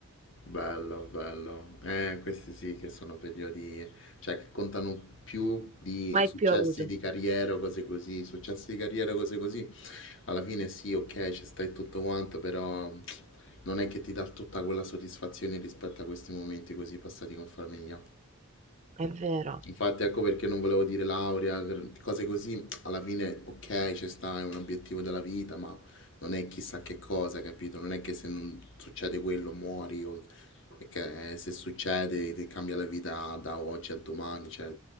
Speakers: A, on the left; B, on the right.
A: Bello, bello. Eh, questi sì che sono periodi, cioè che contano più di
B: mai
A: successi
B: più avuto.
A: di carriera o cose così. Successi di carriera, cose così. Alla fine sì, ok, ci stai tutto quanto, però non è che ti dà tutta quella soddisfazione rispetto a questi momenti così passati con famiglia.
B: È vero.
A: Infatti ecco perché non volevo dire laurea, gr- cose così, alla fine ok, ci sta, è un obiettivo della vita, ma non è chissà che cosa, capito? Non è che se non succede quello muori o è che eh, se succede ti cambia la vita da oggi a domani, cioè